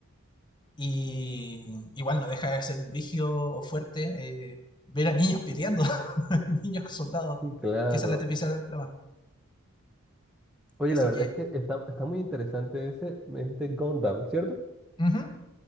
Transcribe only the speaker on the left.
Y igual no deja de ser brigio fuerte eh, ver a niños peleando. <laughs> niños soldados,
que esa es la tripicia trama.
Así
que,
ujú,